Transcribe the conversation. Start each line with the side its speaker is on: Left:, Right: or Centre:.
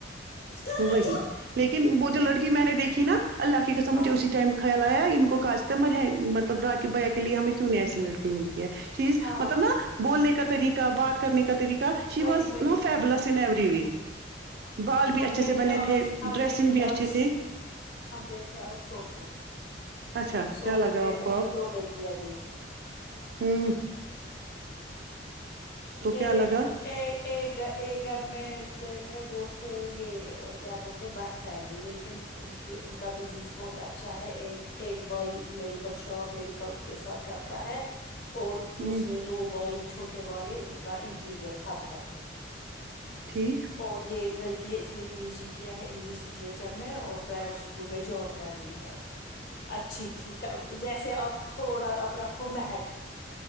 Left: کر
Right: وہی
Left: لو چپ۔
Right: لیکن وہ جو لڑکی میں نے دیکھی نا اللہ کی قسم
Left: آہ،
Right: مجھے اسی ٹائم خیال آیا ان کو کاسٹمر ہے مطلب راکی بھیا کے لیے ہمیں کیوں نہیں ایسی لڑی ملتی ہے چیز
Left: ہاں
Right: مطلب نا بولنے کا طریقہ بات کرنے کا طریقہ شی
Left: وہی
Right: واز
Left: وہی
Right: no fabulous in every we week بال بھی
Left: ہم
Right: اچھے
Left: گئے
Right: سے بنے
Left: آج
Right: تھے
Left: ہم
Right: ڈریسنگ
Left: گئے
Right: بھی
Left: آج
Right: اچھے تھے
Left: ہم گیے تھے اور سوپور
Right: اچھا
Left: سوپور
Right: کیا لگا
Left: گئے
Right: آپ
Left: تھے
Right: کو
Left: ہم نے دو لڑکیاں دیکھی
Right: امم تو
Left: میرےگھر
Right: کیا لگا
Left: ایک ایک ایک گھر میں گئے تھے وہ تھے یہ کیا بول بٹ فیملی لیکن ان کی ان کا بزنس بہت اچھا ہے ایک ایک بھائی میڈیکل شاپ میڈیکل کے ساتھ کرتا ہے اور
Right: ہوں
Left: دوسرے دو بھائی چھوٹے والے ان کا انٹیریئر ہب ہے
Right: ٹھیک
Left: اور یہ لڑکی ہے اس نے پی جی کیا ہے انگلش لٹریچر میں اور پرائیویٹ اسکول میں جاب کر رہی ہے اچھی ٹھیک ہے جیسے آپ تھوڑا آپ رکھو مہک